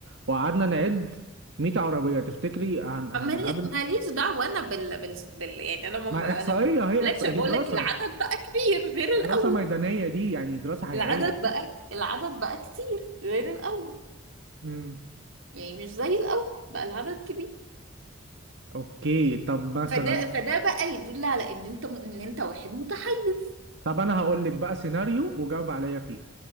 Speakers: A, on the right (about 65°); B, on the right (about 80°).
A: وقعدنا نعد 100 عربيه تفتكري هن... هنقابل
B: مال- ماليش دعوه انا بال... بال... بال... يعني انا ما
A: ما احصائيه
B: انا ما
A: هي
B: بقولكش
A: احصائيه
B: بقول
A: دي دراسه
B: لك العدد بقى كبير غير
A: دراسة
B: الاول
A: ميدانية دي يعني دراسة حقيقية
B: العدد بقى العدد بقى كتير غير الاول
A: امم
B: يعني مش زي الاول بقى العدد كبير
A: اوكي طب مثلا
B: فده فده بقى يدل على ان انت م- ان انت واحد متحيز
A: طب انا هقول لك بقى سيناريو وجاوب عليا فيه